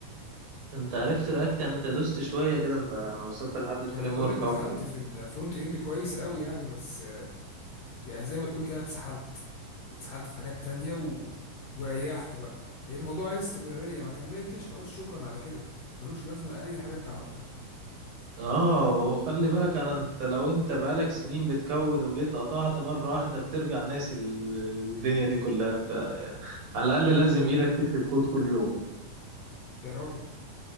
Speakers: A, on the right; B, on the left.
A: انت عرفت رياكت يعني انت دوست شويه كده انت وصلت لحد الفريم
B: ما أنا بقول
A: ورك
B: لك دخلت
A: اهو
B: في الفرونت إند كويس أوي يعني بس يعني زي ما تقول كده اتسحلت اتسحلت في حاجات تانية و... وريحت بقى هي الموضوع عايز استمرارية ما كملتش خلاص شكرا على كده ملوش لازمة أي حاجة أنت عملتها
A: اه وخلي بالك انا انت لو انت بقالك سنين بتكود وجيت قطعت مرة واحدة بترجع ناسي ال- الدنيا دي كلها انت على الاقل لازم ايدك تكتب كود كل يوم
B: يا راجل